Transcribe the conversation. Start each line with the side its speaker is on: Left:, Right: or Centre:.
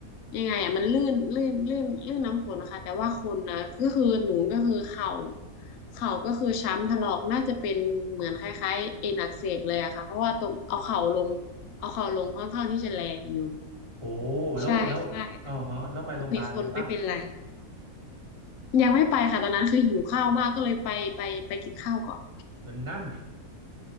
Left: ยังไงอ่ะมันลื่นลื่นลื่นลื่นน้ำฝนนะคะแต่ว่าคนนะก็คือหนูก็คือเข่าเข่าก็คือช้ำถลอกน่าจะเป็นเหมือนคล้ายๆเอ็นอักเสบเลยอะค่ะเพราะว่าตรงเอาเข่าลงเอาเข่าลงค่อนข้างที่จะแรงอยู่
Right: โอ้แล้วแล้วเออฮะแล้วไปโรงพยาบาลเลยปะ
Left: ใช่ใช่แต่มีคนไม่เป็นไรยังไม่ไปค่ะตอนนั้นคือหิวข้าวมากก็เลยไปไปไปกินข้าวก่อน
Right: เออนั่น